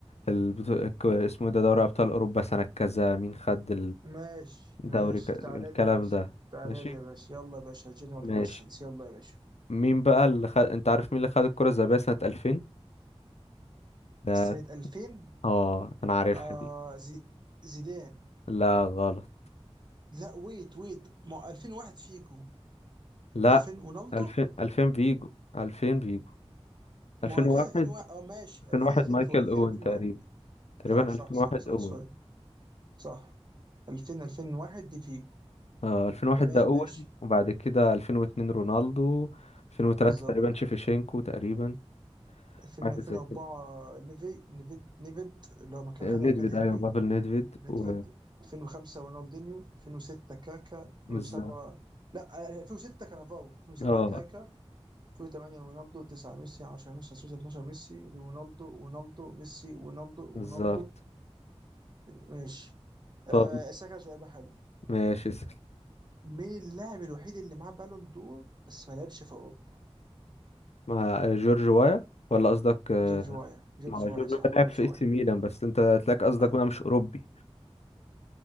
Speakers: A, on the left; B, on the right.
A: البطو... الك- اسمه إيه ده دوري ابطال اوروبا سنه كذا مين خد
B: ماشي ماشي
A: الدوري ك... الكلام
B: تعالى لي يا باشا
A: ده
B: تعالى
A: ماشي
B: لي يا باشا يلا يا باشا جنرال
A: ماشي
B: كويشنز يلا يا باشا
A: مين بقى اللي خد انت عارف مين اللي خد الكره الذهبيه سنه 2000 ده
B: سنة 2000
A: اه انا عارفها
B: آه
A: دي
B: زي... زيدان
A: لا غلط
B: لا ويت ويت ما 2001 فيجو
A: لا
B: 2000 رونالدو
A: 2000 2000 فيجو 2000 فيجو
B: ما
A: 2001
B: هو 2000 2001 اه ماشي
A: 2001
B: 2000 2000
A: مايكل
B: 2000
A: اوين
B: 2001
A: تقريبا تقريبا
B: صح صح
A: 2001
B: صح صح
A: اوين
B: سوري صح 2000 2001 دي فيجو
A: اه 2001
B: تمام
A: ده اوين
B: ماشي
A: وبعد كده 2002 رونالدو 2003
B: بالظبط
A: تقريبا شيفيشينكو تقريبا
B: 2000
A: حاجة
B: 2004
A: زي كده
B: نيفي نيفيد نيفيد اللي هو مكان خدها
A: نيدفيد
B: مكان هنري
A: ايوه بافل نيدفيد
B: نيفيد
A: و
B: 2005 رونالدينيو 2006 كاكا 2007
A: بالظبط
B: لا آه، 2006 كانافاو 2007
A: اه
B: كاكا 2008 رونالدو 9 ميسي 10 ميسي 11 12 ميسي رونالدو رونالدو ميسي رونالدو
A: بالظبط
B: رونالدو ماشي
A: طب
B: أه أسألك على سؤال بقى حلو
A: ماشي اسأل
B: مين اللاعب الوحيد اللي معاه بالون دور بس ما لعبش في اوروبا
A: مع جورج وايا ولا قصدك آه،
B: جورج وايا جورج
A: مع
B: وايا
A: جورج
B: صح
A: وايا لعب
B: جورج
A: في
B: وايا
A: اس ميلان بس انت تلاقي قصدك
B: اه
A: بقى مش اوروبي